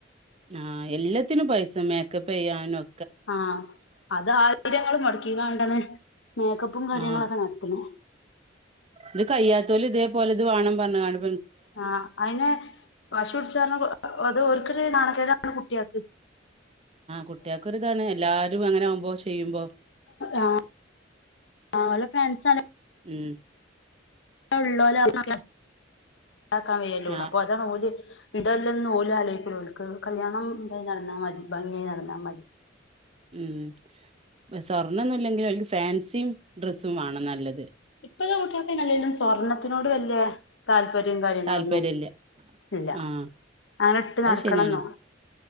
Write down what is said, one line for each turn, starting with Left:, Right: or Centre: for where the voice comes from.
Right: ആഹ എല്ലാത്തിനും പൈസ മേക്കപ്പയ്യാനും.
Left: ആഹ അത് ആയിരങ്ങൾ മുടക്കിണ്ടാണ് മേക്കപ്പും കാര്യങ്ങളൊക്കെ
Right: ആഹ്
Left: നട്തണേ.
Right: ഇത് കയ്യാത്തോലും ഇതേപോലെ ഇത് വേണം പർഞ്ങ്ങാട്
Left: ആഹ അയ്ന് പശു പിടിച്ചാ അർ അത് ഓല്ക്കൊരു നാണക്കേടാണ്. പ്പ കുട്ടിയാക്ക്.
Right: കുട്ട്യാകൊര്താണ് എല്ലാരു അങ്ങനാവുമ്പോ ചെയ്യുമ്പോ
Left: ആ ഓലെ ഫ്രണ്ട്സാ
Right: ഉം
Left: ള്ളോലാവുമ്പോ ഇദാകാ
Right: ആഹ്
Left: അപ്പ ദാണ് ഓല്. <unintelligible> ഓല് ആലോയ്കൂല ഓല്ക് കല്യാണം ഇതായി ഭാഗ്യയി നട്ന്നാമതി.
Right: ഉം സ്വർണൊന്നുംല്ലെങ്കിൽ ഓൽക് ഫേൻസിം ഡ്രെസ്സും വാണം നല്ലത്.
Left: ഇപ്പഴത്തെ കുട്ട്യാൾക്ക ല്ലങ്കിലും സ്വർണ്ണത്തിനോട് വലിയ താല്പര്യ രും കാര്യങ്ങളൊന്നും
Right: താല്പര്യല്ല
Left: ഇല്ല
Right: ആഹ്
Left: അങ്ങനെ ഇട്ട്
Right: അത്
Left: നടക്കണംെന്നോ
Right: ശരിയാണ്